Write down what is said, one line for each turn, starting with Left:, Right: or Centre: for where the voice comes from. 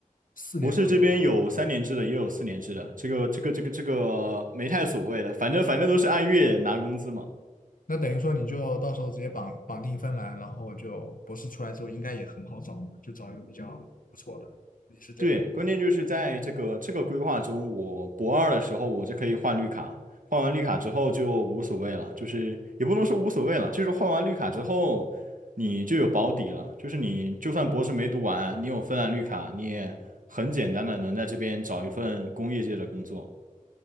Left: 四年左右吧。
Right: 博士这边有三年制的，也有四年制的，这个这个这个这个没太所谓的，反正反正都是按月拿工资嘛。
Left: 那等于说你就到时候直接绑绑定芬兰，然后就博士出来之后应该也很好找嘛，就找一个比较不错的。也是这个。
Right: 对，关键就是在这个这个规划中，我博二的时候我就可以换绿卡，换完绿卡之后就无所谓了，就是也不能说无所谓了，就是换完绿卡之后你就有保底了，就是你就算博士没读完，你有芬兰绿卡，你也很简单的能在这边找一份工业界的工作。